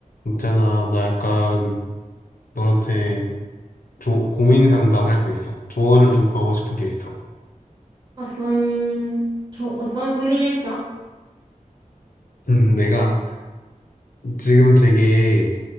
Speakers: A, on the left; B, on the right.
A: 있잖아, 나 약간 너한테 조- 고민 상담할 거 있어. 조언을 좀 구하고 싶은 게 있어.
B: 어떤, 저, 어떤 고민일까?
A: 음, 내가 지금 되게